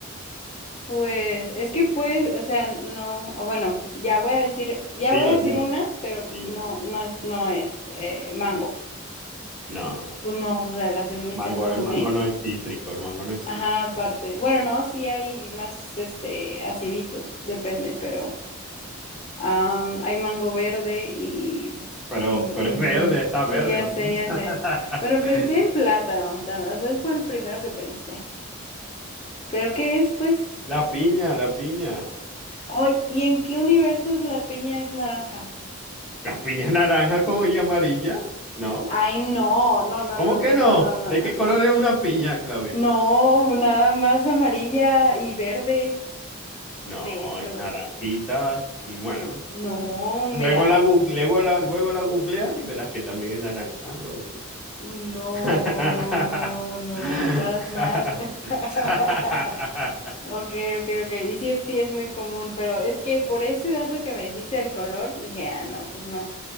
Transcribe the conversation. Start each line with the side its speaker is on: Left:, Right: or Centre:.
Left: Pues es que puedes, o sea, no, ah, bueno, ya voy a decir, ya
Centre: Dilo,
Left: voy a decir
Centre: dilo.
Left: una, pero
Centre: Dilo.
Left: no, no es, no es eh, mango.
Centre: No, no,
Left: Pues no,
Centre: no.
Left: o sea, la
Centre: El
Left: semilla
Centre: mango,
Left: está enorme.
Centre: el mango no es cítrico, el mango no es
Left: Ajá,
Centre: cítrico.
Left: aparte. Bueno, no, sí hay más, este, aciditos, depende, pero am, hay mango verde y,
Centre: Pero,
Left: y
Centre: pero
Left: ujú,
Centre: es verde, está verde
Left: Sí, ya
Centre: la
Left: sé,
Centre: fruta.
Left: ya sé. Bueno, pensé
Centre: <laughs>
Left: en plátano, tam- o sea, fue el primero que pensé. ¿Pero qué es, pues?
Centre: La piña, la piña.
Left: Ay, ¿y en qué universos la piña es naranja?
Centre: ¿La piña es naranja como y amarilla? ¿No?
Left: Ay, no, no, no,
Centre: ¿Cómo
Left: no, no,
Centre: que
Left: no,
Centre: no?
Left: no, no,
Centre: ¿De
Left: no,
Centre: qué
Left: no.
Centre: color es una piña, Claudia?
Left: No, nada más amarilla y verde,
Centre: No,
Left: de hecho.
Centre: y naranjita, y bueno.
Left: N- No,
Centre: Luego
Left: mira.
Centre: la, gu- luego la, luego la googleas y verás que también es naranja o así.
Left: No,
Centre: <laughs>
Left: no, no, no, estás mal. <laughs> Ok, ok, ok. Y sí, es- sí es muy común, pero es que por ese dato que me dijiste del color, dije, ah, no, pues no.